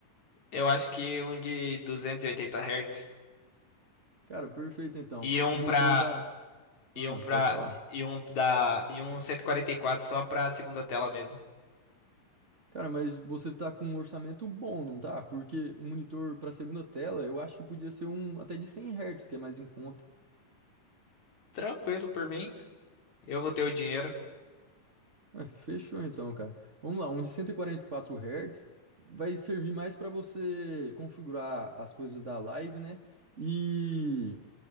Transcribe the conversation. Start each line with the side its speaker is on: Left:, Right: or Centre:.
Left: Eu acho que um de duzentos e oitenta Hz.
Right: Cara, perfeito então.
Left: Iam
Right: Monitor
Left: pra.
Right: da.
Left: Iam
Right: Ah,
Left: pra.
Right: pode falar.
Left: Iam da. Iam 144 só pra segunda tela mesmo.
Right: Cara, mas você tá com um orçamento bom, não tá? Porque um monitor pra segunda tela, eu acho que podia ser um até de cem Hz, que é mais em conta.
Left: Tranquilo por mim. Eu vou ter o dinheiro.
Right: Ué, fechou então, cara. Vamos lá, um de cento e e quarenta e quatro Hz vai servir mais para você configurar as coisas da live, né? E,